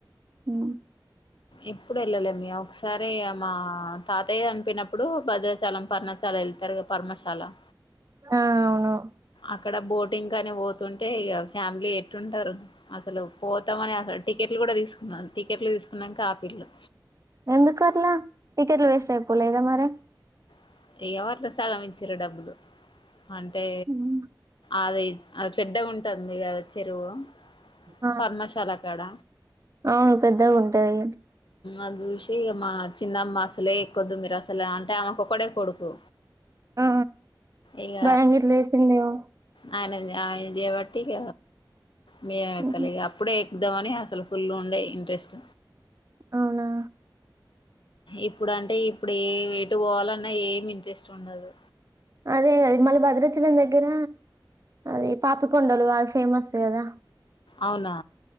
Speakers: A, on the right; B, on the left.
A: ఉ
B: ఎప్పుడు వెళ్ళలేమి ఒకసారి మా తాతయ్య చనిపోనప్పుడు భద్రాచలం పర్ణచ అల వెళ్తారు పర్మశాల
A: ఆ అవును
B: అక్కడ బోటింగ్ కని పోతుంటే ఇక ఫ్యామిలీ ఎట్టుంటారు అసలు పోతామని అస టికెట్ కూడ తీసుకున్నాను టికెట్లు తీసుకున్నాక ఆపిల్లు
A: ఎందుకు అట్ల టికెట్లు వేస్ట్ అయిపోలేదా మరి
B: <unintelligible> డబ్బులు అంటే
A: ఉమ్.
B: అది అది పెద్ద ఉంటుంది కదా చెరువు
A: ఆ
B: పర్మశాల కాడ
A: అవును పెద్దగా ఉంటాయి
B: అది చూసి మా చిన్నమ్మ అసలే ఇక్కొద్దు మీరు అసలే అంటే ఆమెకు ఒకడే కొడుకు
A: ఆ
B: ఇగ
A: భయం గిట్ల వేసిందేమో
B: ఆయన <unintelligible> వాటిక మే
A: ఉమ్.
B: కలి అప్పుడే చద్దామని అసలు ఫుల్లు ఉండే ఇంట్రెస్ట్
A: అవునా
B: ఇప్పుడు అంటే ఇప్పుడు ఏ ఎటు పోవాలన్నా ఏమి ఇంట్రెస్ట్ ఉండదు
A: అదే అది మళ్ళీ భద్రచలం దగ్గర అదే పాపకొండలు అది ఫేమస్ కదా
B: అవునా